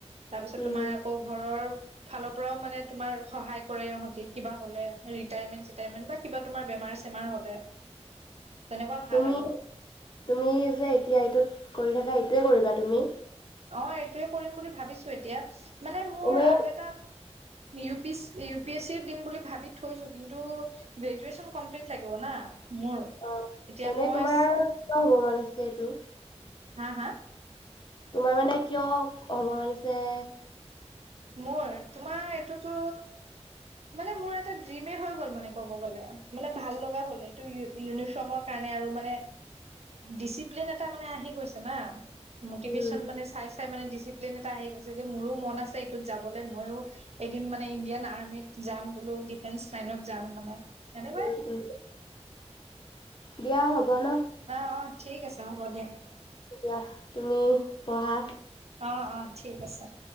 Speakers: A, on the right; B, on the left.
A: তাৰ পিছত
B: উম
A: তোমাৰ। ফালৰ পৰাও মানে তোমাৰ সহায় কৰে ইহতি কিবা হ'লে ৰিটাইমেন্ চিতাইমেন বা কিবা তোমাৰ বেমাৰ চেমাৰ হ'লে। তেনেকুৱা
B: তুমি
A: ভাল আৰু
B: তুমি যে এতিয়া এইটোত কৰি থাকা এইটোৱে কৰিবা তুমি?
A: অ এইটোৱে কৰিম বুলি ভাবিছোঁ এতিয়া। মানে মোৰ
B: এনে
A: আৰু এটা U P C E- P S E দিম বুলি ভাবি থৈছোঁ কিন্তু গ্ৰেজুৱেচন কমপ্লিট লাগিব না। মোৰ
B: অ
A: এতিয়া
B: এনে
A: মই
B: তোমাৰ কিয় হ'ব মন আছে এইটো
A: হা হা
B: তোমাৰ মানে কিয় হ'ব হৈছে।
A: মোৰ তোমাৰ এইটোতো মানে মোৰ এটা ড্ৰিম হৈ গ'ল মানে। ক'ব গলে মানে ভাল লগা হ'ল এইটো ইউনিফৰ্মৰ কাৰণে আৰু মানে ডিচিপ্লিন এটা মানে আহি গৈছে না। মটিভেশ্যন
B: উম
A: মানে চাই। মানে ডিচিপ্লিন এটা আহি গৈছে যে মোৰো মন আছে- যাবলৈ ময়ো এদিন মানে ইণ্ডিয়ান আৰ্মিত যাম বোলো ডিফেন্স লাইনত যাম মানে। এনেকুৱাই।
B: উম উম। দিয়া হ'ব ন
A: অ অ ঠিক আছে। হ'ব দেহ।
B: দিয়াহ। তুমি পঢ়া।
A: অঁ! অঁ! ঠিক আছে।